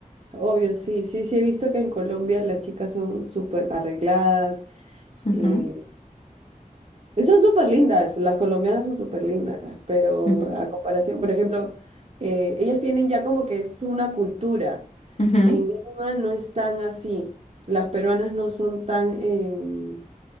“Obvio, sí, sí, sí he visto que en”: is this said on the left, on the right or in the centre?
Right